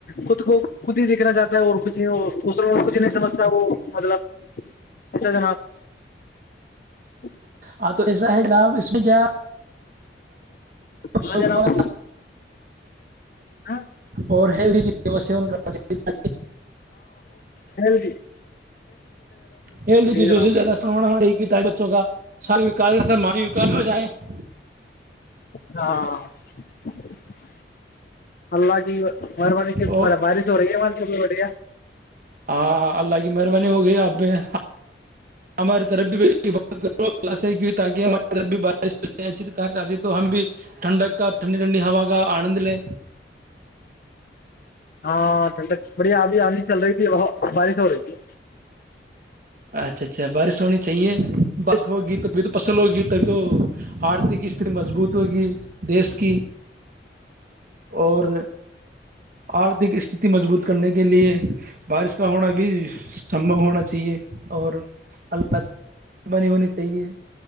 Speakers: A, on the left; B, on the right.
A: خود کو خود ہی دیکھنا چاہتا ہے اور کچھ دوسروں کچھ نہیں سمجھتا وہ مطلب <unintelligible> اچھا جناب <unintelligible>
B: ہاں تو ایسا ہے جناب اس میں کیا
A: ہاں
B: چاہے
A: جناب ہاں
B: اور <unintelligible> لدی <unintelligible> د وہ سیونن کرنا چاہیے <unintelligible>
A: ہی <unintelligible>
B: ہیلدی چیزوں
A: جناب
B: سے زیادہ ستا بچوں کا <unintelligible> ساری و ہو جائے <unintelligible>
A: ہاں <unintelligible> اللہ جی مہربانی سے
B: اور
A: بڑا بارش ہو رہی ہے ماں <unintelligible> چ بڑیا <unintelligible>
B: ہاں اللہ کی مہربانی ہوگئی آپ بھی <unintelligible> ہماراری طرف بھی بات کرو کی <unintelligible> تاکہ ہماری بھی بارش ہو تو ہم بھی ٹھڈک کا ٹنڈی ٹھنڈی ہوا کا <unintelligible> آنند لے
A: ہاں ٹھنڈک بڑھیا ابھی آندھی چل رہی تھی بت بارش ہو رہی تھی
B: اچھا اچھا بارش ہونی چاہیے بارش ہوگی تو م تو پس لو گی تب تو آرتک اتنی مضبوط ہوگی دیش کی اور آرتھک استھھی مضبوط کرنے کے لیے بارش کا ہونا بھی بھی سمبھو ہونا چاہیے اور اللہ مہربانی ہونی چاہیے